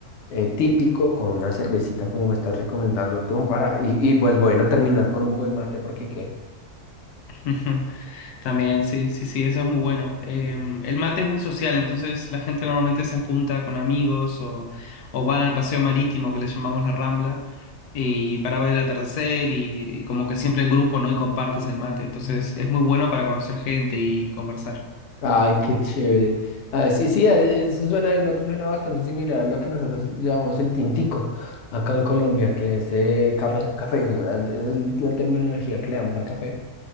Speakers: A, on the left; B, on the left.
A: eh, típico con una cervecita como me estás recomendando tú para y, y pues bueno terminar con un buen mate porque qué
B: Ujú. También, sí, sí, sí, eso es muy bueno. Eh, el mate es muy social, entonces la gente normalmente se junta con amigos o, o van al paseo marítimo que le llamamos la Rambla y para ver el atardecer y, y como que siempre en grupo, ¿no? Y compartes el mate, entonces es muy bueno para conocer gente y conversar.
A: Ay, qué chévere. Ah, sí, sí, e- eso suena, el mate suena bastante similar a lo que nosotros llamamos el tintico acá en Colombia, que es eh, café, café, es la es el- la terminología que le damos al café,